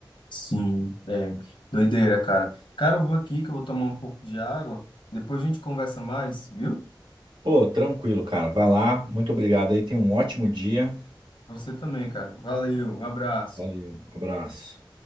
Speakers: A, on the left; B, on the right.
A: Sim, é. Doideira, cara. Cara, eu vou aqui que eu vou tomar um pouco de água. Depois a gente conversa mais, viu?
B: Ô, tranquilo, cara. Vai lá. Muito obrigado aí. Tenha um ótimo dia.
A: Pra Você também, cara. Valeu, um abraço.
B: Valeu. abraço.